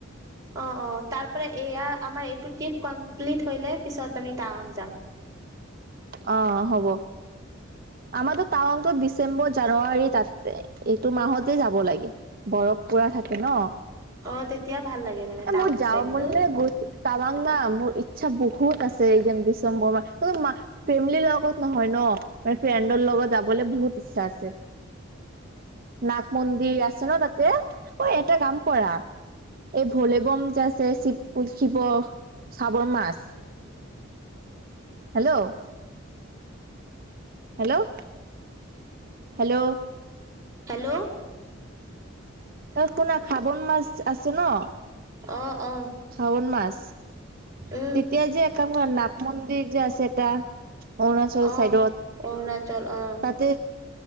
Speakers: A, on the right (about 15°); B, on the right (about 45°).
A: অ অ তাৰ পৰা এয়া আমাৰ এইটো ট্ৰিপ কমপ্লিট হইলে পিছত আমি টাৱং যাম।
B: অ হ'ব। আমাৰটো টাৱাংটো ডিচেম্বৰ জানুৱাৰী তাতে একটো মাহতেই যাব লাগে। বৰফ পুৰা থাকে ন।
A: অ তেতিয়া ভাল লাগে মানে টাৱাং
B: মোৰ যাৱা
A: চাইডটো
B: মন <unintelligible> টাৱাং মোৰ ইচ্ছা বহুত আছে একদম ডিচেম্বৰ মাহ ফেমিলিৰ লগত নহয় ন। মানে ফ্ৰেণ্ডৰ লগত যাবলৈ বহুত ইচ্ছা আছে। নাগ মন্দিৰ আছে ন তাতে ঐ এটা কাম কৰা। এই ভোলে বম যে আছে শিৱ, শিৱ শ্ৰাবন মাস হেল্ল'। Hello hello.
A: হেল্ল'।
B: ঐ শুনা শ্ৰাবন মাস আছো ন
A: অ অ
B: স্ৰাৱন মাস
A: উম
B: তেতিয়া যে এককাম নাগ মন্দিৰ যে আছে এটা। অৰুণাচল
A: অ
B: চাইডত
A: অৰুণাচল অ
B: তাতে।